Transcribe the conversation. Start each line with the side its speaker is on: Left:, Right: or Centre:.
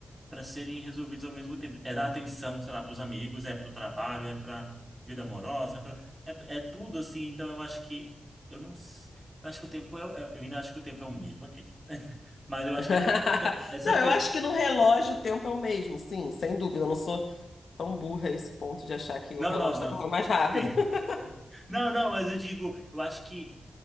Right: para serem resolvidas ao mesmo tempo. É dar atenção, sei lá, para os amigos, é para o trabalho, é para vida amorosa, é, pra, é, é tudo assim. Então eu acho que. Eu não. s- Eu acho que o tempo é. é- Eu ainda acho que o tempo é o mesmo, aquele. <laughs> Mas eu acho
Left: <laughs>
Right: que é per- essa
Left: Não,
Right: percepção.
Left: eu acho que no relógio o tempo é o mesmo, sim, sem dúvida. Eu não sou tão burra a esse ponto de achar que
Right: Não,
Left: o relógio
Right: não,
Left: está
Right: não.
Left: correndo mais rápido.
Right: Sim.
Left: <laughs>
Right: Não, não, mas eu digo, eu acho que